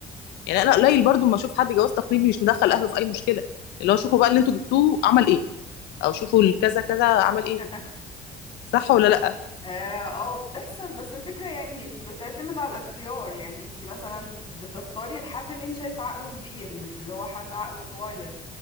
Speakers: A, on the left; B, on the left.
A: يعني
B: امم
A: انا قليل برضو ما اشوف حد جواز تقليدي مش مدخل اهله في اي مشكلة اللي هو شوفوا بقى اللي انتوا جبتوه عمل ايه او شوفوا الكذا كذا عمل ايه
B: <laughs>
A: صح ولا لا
B: اه آه، بتحصل بس الفكرة يعني بتعتمد على الاختيار يعني انت مثلا بتختاري الحد اللي انت شايف عقله كبير مش اللي هو حد عقله صغير